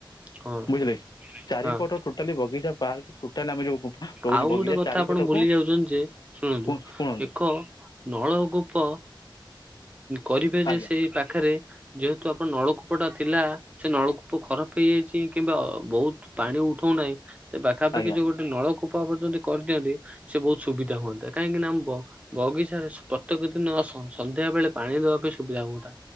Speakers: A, on the right; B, on the left.
A: ହଁ
B: ବୁଝିଲ ଚାରିପଟ
A: ହଁ
B: ଟୋଟାଲି ବଗିଚା ପାର୍କ ଟୋଟାଲି ଆମେ ଯୋଉ ରହୁଛି
A: ଆଉ
B: ବଗିଚା
A: ଗୋଟେ କଥା
B: ଚାରିପଟକୁ
A: ଆପଣ ଭୁଲି ଯାଉଛନ୍ତି ଯେ ଶୁଣନ୍ତୁ
B: ଶୁଣନ୍ତୁ
A: ଏକ ନଳ ଗୋପ କରିବେ ଯେ
B: ଆଜ୍ଞା
A: ସେଇ ପାଖରେ ଯେହେତୁ ଆପଣ ନଳକୂପ ଟା ଥିଲା ସେ ନଳକୂପ ଖରାପ ହେଇଯାଇଛି କିମ୍ବା ବହୁତ ପାଣି ଉଠଉ ନାହିଁ ସେ ପାଖାପାଖି
B: ଆଜ୍ଞା
A: ଯୋଉ ଗୋଟେ ନଳକ ର୍ଯ୍ୟନ୍ତ କରିଦିଅନ୍ତି ସେ ବହୁତ ସୁବିଧା ହୁଅନ୍ତା କାହିଁକି ନା ଆମ ବଗିଚାରେ ପ୍ରତ୍ୟେକ ଦିନ ସନ୍ଧ୍ୟା ବେଳେ ପାଣି ଦବା ପାଇଁ ସୁବିଧା ହୁଅନ୍ତା